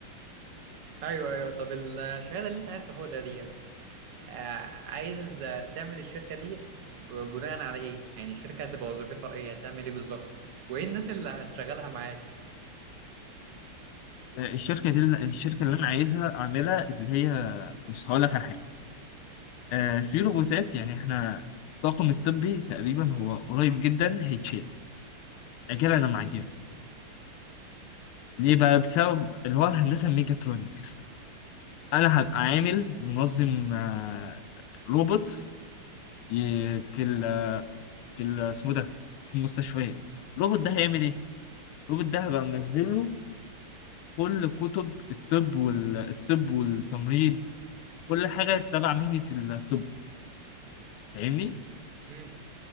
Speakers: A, on the right; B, on the left.
A: أيوه أيوه طب الشهادة اللي أنت عايز تاخدها دي آه، عايز آه، تعمل الشركة دي بناء على ايه يعني الشركة هتبقى وظيفتها ايه هتعمل ايه بالظبط وايه الناس اللي هتشغلها معاك
B: آه، الشركه دي الشركه اللي انا عايزها اعملها اللي هي بص هقول لك على حاجه آه، في روبوتات يعني احنا الطاقم الطبي تقريبا هو قريب جدا هيتشال اجل انا معجبه ليه بقى بسبب اللي هو الهندسه الميكاترونكس انا هبقى عامل منظم آه، روبوت ي- في ال في ال- اسمه ده في المستشفيات الروبوت ده هيعمل ايه الروبوت ده هبقى منزل له كل كتب الطب والطب والتمريض كل حاجه تبع مهنه الطب فاهمني
A: امم